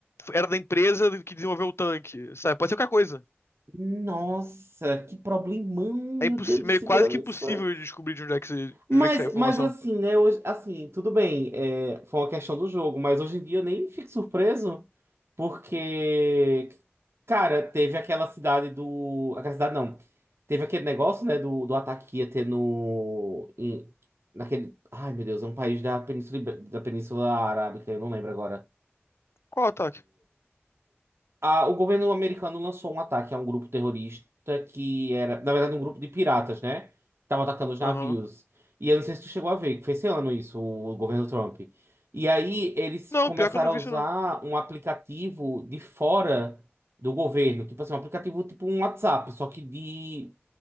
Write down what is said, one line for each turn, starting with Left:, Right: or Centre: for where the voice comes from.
Left: era da empresa que desenvolveu o tanque, sabe? Pode ser qualquer coisa.
Right: Nossa, que problemão,
Left: É
Right: meu
Left: impossi-
Right: Deus,
Left: meio
Right: de segurança.
Left: quase que impossível de descobrir de onde é que, se- de
Right: Mas,
Left: onde é que saiu a informação.
Right: mas assim, né? Hoje, assim, tudo bem, é, foi uma questão do jogo, mas hoje em dia eu nem fico surpreso, porque, cara, teve aquela cidade do. Aquela cidade não. Teve aquele negócio, né, do, do ataque que ia ter no. em- naquele. Ai, meu Deus, é um país da Península, Ibé- da Península Arábica, eu não lembro agora
Left: Qual o ataque?
Right: a- o governo americano lançou um ataque a um grupo terrorista que era, na verdade, um grupo de piratas, né? Que estavam atacando os
Left: Aham.
Right: navios. E eu não sei se tu chegou a ver, que foi esse ano isso, o governo Trump. E aí eles
Left: Não,
Right: começaram
Left: pior que eu não vi
Right: a usar
Left: isso, não.
Right: um aplicativo de fora do governo, tipo assim, um aplicativo tipo um WhatsApp, só que de,